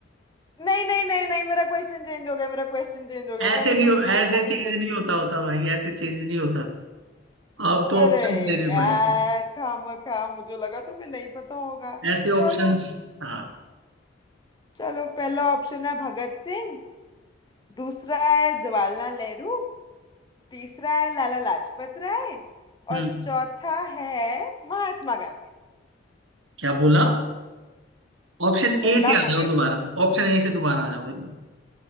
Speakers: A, on the left; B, on the right.
A: नहीं नहीं नहीं नहीं मेरा क्वेश्चन चेंज हो गया मेरा क्वेश्चन चेंज हो गया
B: ऐसे
A: मैं नहीं
B: नहीं
A: पूछ
B: हो
A: रही
B: ऐसे
A: क्वेश्चन
B: चीज नहीं होता होता भाई ऐसे चीज नहीं होता अब तो
A: अरे
B: ऑप्शन देने
A: यार
B: पड़ेंगे
A: खामखा मुझे लगा तुम्हें नहीं पता होगा
B: ऐसे ऑप्शंस
A: चलो
B: हाँ
A: चलो पहला ऑप्शन है भगत सिंह दूसरा है जवाहरलाल नेहरू तीसरा है लाला लाजपत राय
B: हम्म
A: और चौथा है महात्मा गांधी
B: क्या बोला ऑप्शन
A: पहला
B: ए से आ
A: भगत
B: जाओ दोबारा
A: सिंह
B: ऑप्शन ए से दोबारा आ जाओ एक बार